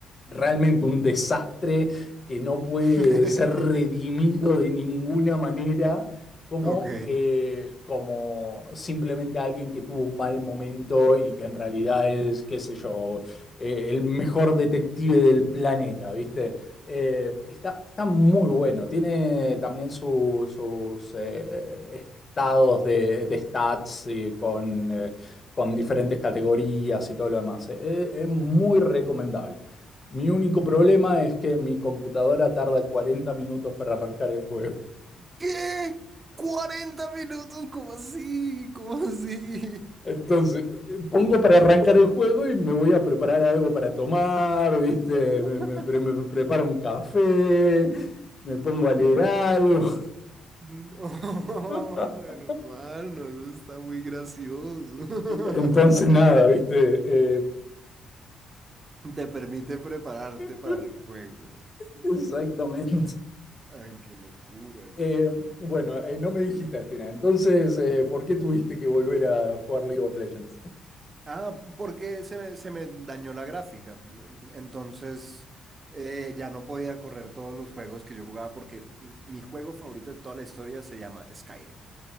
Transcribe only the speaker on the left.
realmente un desastre que no puede
ser redimido de ninguna manera como,
eh, como simplemente alguien que tuvo un mal momento y que en realidad es, qué sé yo, eh, el mejor detective del planeta, ¿viste? Eh, está, está muy bueno, tiene también su- sus eh, estados de, de stats eh, con, eh, con diferentes categorías y todo lo demás. Eh, eh, es muy recomendable. Mi único problema es que mi computadora tarda 40 minutos para arrancar el juego.
Entonces, eh, pongo para arrancar el juego y me voy a preparar algo para tomar, ¿viste?
Me, me- pre- me preparo un café, me pongo a leer algo.
<laughs>
Entonces, nada, ¿viste? Eh,
<laughs>
exactamente.
Eh, bueno, eh, no me dijiste al final. Entonces, eh, ¿por qué tuviste que volver a jugar League of Legends?